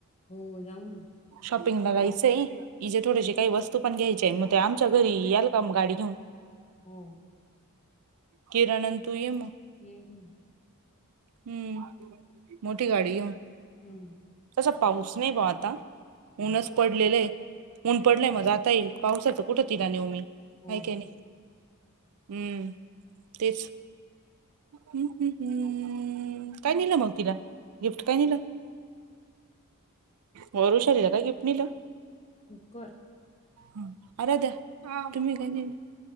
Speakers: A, on the left; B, on the right.
A: हो जाऊ ना
B: शॉपिंग ला जायचंय हजे थोडेशी काही वस्तू पण घ्यायची आहे मग ते आम च्या घरी याल का गाडी घेऊन
A: हो
B: किराणन तू ये मग
A: येईल ना
B: हम्म मोठी गाडी ये
A: हम्म
B: तसा पाऊस नाही प आता ऊनच पडलेलंय ऊन पडलंय मग जाता येईल पावसाचं कुठं तिला नेहमी
A: हो
B: काय काय नाही हम्म तेच हम हम्म हम्म हम् काय निलं मग तिला गिफ्ट काय निलं वरुषारीला का किपणीला
A: कुकर
B: ह तुम्ही कध